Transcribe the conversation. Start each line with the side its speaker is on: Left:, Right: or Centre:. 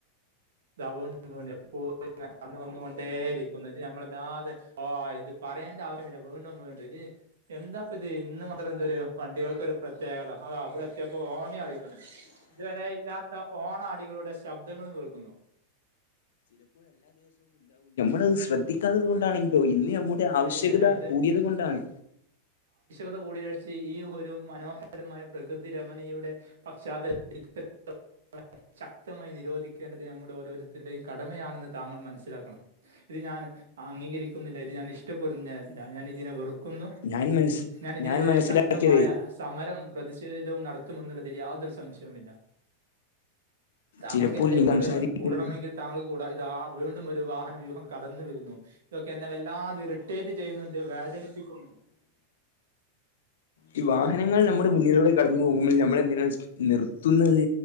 Right: വന്ന് കൊണ്ടെയിരിക്കും ഇന്നട്ട് ഞമ്മളെ വല്ലാതെ ഓ ഇത് പറയേണ്ടാവശ്യമില്ല വീണ്ടും വീണ്ടും ഇത് എന്താപ്പത് മാത്രം എന്തൊരു വണ്ടികൾക്കൊരു പ്രത്യേകത അതാവിടെത്തിയപ്പോ ഹോണി അടിക്ക്ണ്. ഇതുവരെ ഇല്ലാത്ത ഓണടികളുടെ ശബ്ദങ്ങളും കേൾക്കുന്നു.
Left: ത് ശ്രദ്ധിക്കാത്തത് കൊണ്ടാണെങ്കിലോ ഇന്ന് ഞമ്മുടെ
Right: ഇല്ല
Left: ആവശ്യകത
Right: ഇല്ല ഇല്ല ഇത്
Left: കൂടിയത് കൊണ്ടാണ്
Right: ത്കൂടിലഴച്ച ഈ.. ഒരു മനോഹരമായ പ്രകൃതി രമണീയുടെ പശ്ചാതല <unintelligible> ശക്തമായി നിരോധിക്കേണ്ടത് നമ്മുടെ ഓരോരുത്തരുടെയും കടമയാണെന്ന് താങ്കൾ മനസ്സിലാക്കണം <unintelligible> ഞാൻ അംഗീകരിക്കുന്നില്ല ഇത് ഞാൻ ഇഷ്ടപ്പെടുന്ന ഞ ഞാൻ ഇതിനെ വെറുക്കുന്നു.
Left: ഞാൻ മനസ്
Right: ഞാൻ ഇതിനെതിരെ
Left: മനസ്സിലാക്കിയത്
Right: ശക്തമായ സമരം പ്രതിഷേധിധവും നടത്തുമെന്നുള്ളതി യാതൊരു സംശയവുമില്ല. താങ്കൾക്ക്
Left: ചിലപ്പോൾ
Right: എന്റെ
Left: നീ
Right: കൂടെ
Left: സംസാരിക്കുമ്പോ
Right: കൂടണമെങ്കി താങ്കൾക്ക് കൂട ഇതാ.. വീണ്ടും ഒരു വാഹന <unintelligible> കടന്നു വരുന്നു ഇതൊക്കെ എന്നെ വല്ലാതിറ് ട്ടെറ്റ് ചെയ്യുന്നുണ്ട് വേചനിപ്പിക്കുന്നുണ്ട്.
Left: ഈ വാഹനങ്ങൾ നമ്മുടെ മുന്നിലൂടെ കടന്നു പോകുമ്പോൾ ഞമ്മൾ എന്തിന നിർത്തുന്നത്